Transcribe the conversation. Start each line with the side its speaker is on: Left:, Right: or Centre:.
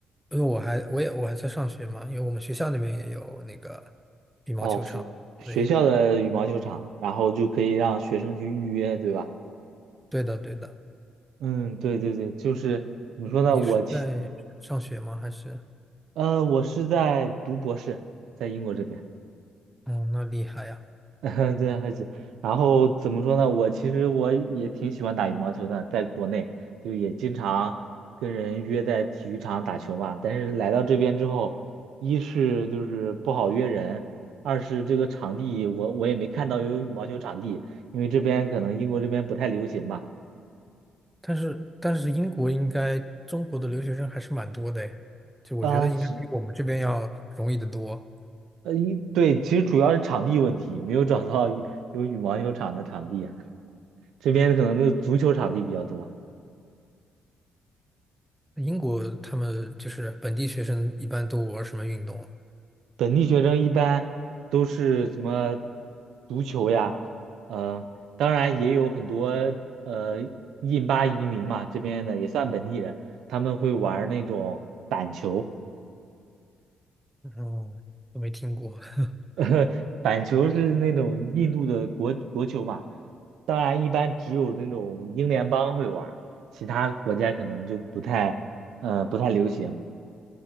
Centre: 因为我还我也我还在上学嘛，因为我们学校那边也有那个羽毛球场。
Right: 哦，学学校的羽毛球场，
Centre: 对，
Right: 然后就可以让学生去预约，对吧？
Centre: 对的，对的。
Right: 嗯，对对对，就是怎么说呢？
Centre: 你是在上学吗？
Right: 我其
Centre: 还是？
Right: 呃，我是在读博士，在英国这边。
Centre: 哦，那厉害呀！
Right: <laughs> 对，还行。然后怎么说呢？我其实我也挺喜欢打羽毛球的，在国内就也经常跟人约在体育场打球嘛。但是来到这边之后，一是就是不好约人，二是这个场地我我也没看到有羽毛球场地，因为这边可能英国这边不太流行吧。
Centre: 但是但是英国应该中国的留学生还是蛮多的诶，就我觉得应该比我们这边要容易的多。
Right: 啊、是呃一对，其实主要是场地问题，没有找到有有羽毛球场的场地啊，<laughs> 这边可能是足球场地比较多。
Centre: 英国他们就是本地学生一般都玩什么运动啊？
Right: 本地学生一般都是什么足球呀，呃，当然也有很多呃印巴移民嘛，这边的也算本地人，他们会玩儿那种球，
Centre: 哦，都没听过。<laughs>
Right: <laughs> 板球是那种印度的国国球嘛，当然一般只有那种英联邦会玩儿，其他国家可能就不太呃不太流行，